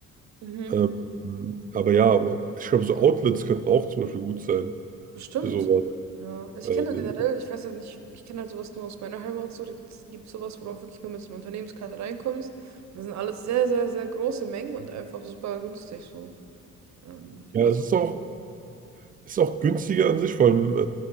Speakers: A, on the right; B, on the right.
A: Mhm.
B: Ähm, aber ja, aber ich glaube, so Outlets könnten auch zum Beispiel gut sein
A: Bestimmt.
B: für sowas.
A: Ja. Also ich
B: Weil,
A: kenne da
B: äh,
A: generell, ich weiß halt nicht, ich kenne halt sowas nur aus meiner Heimat, so, da gibt sowas, wo du auch wirklich nur mit so einer Unternehmenskarte reinkommst. Und das sind alles sehr, sehr, sehr große Mengen und einfach super günstig so. Ähm,
B: ja,
A: also,
B: es ist auch, es ist auch günstiger an sich, vor allem äh,